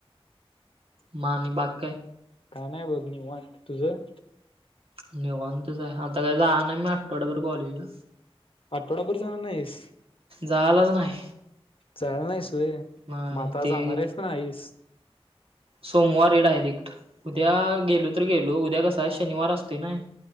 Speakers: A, on the right; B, on the left.
A: मग आणि बाकी काय?
B: काय नाही बघ, निवांत. तुझं?
A: निवांतच आहे. आता काय जायाय नाही मी आठवड्याभर कॉलेजला.
B: आठवडाभर जाणार नाहीस?
A: जायलाच नाही.
B: जायाला नाहीस होय,
A: नाही
B: म आता
A: ते
B: जाणार आहेस का नाहीस?
A: सोमवारी डायरेक्ट, उद्या गेलो तर गेलो, उद्या कसाय शनिवार असतोय नाय